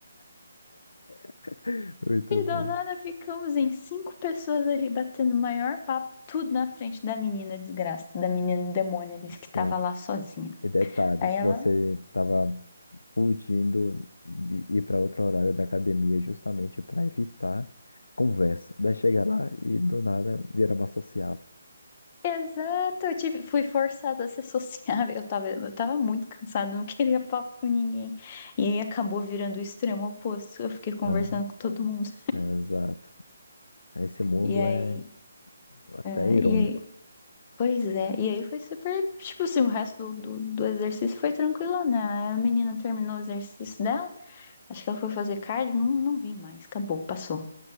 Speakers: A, on the left; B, on the left.
A: <laughs> Muito
B: E
A: bom.
B: do nada ficamos em cinco pessoas ali batendo o maior papo, tudo na frente da menina desgraça, da menina demônio ali
A: Sim.
B: que tava lá sozinha.
A: E detalhe,
B: Aí ela.
A: você estava fugindo de ir para outro horário da academia justamente para evitar conversa. Daí chega lá e do nada vira uma sociala.
B: é, Exato, eu tive, fui forçada a ser sociável. Eu tava, eu tava muito cansada, não queria papo com ninguém. E aí acabou virando o extremo oposto. Eu fiquei conversando
A: Aham,
B: com todo mundo.
A: é, exato. Esse mundo
B: E aí,
A: é até
B: é,
A: irônico.
B: e aí, pois é. E aí foi super, tipo assim, o resto do, do, do exercício foi tranquilo, né? A menina terminou o exercício dela. Acho que ela foi fazer cardio, não, não vi mais, acabou, passou.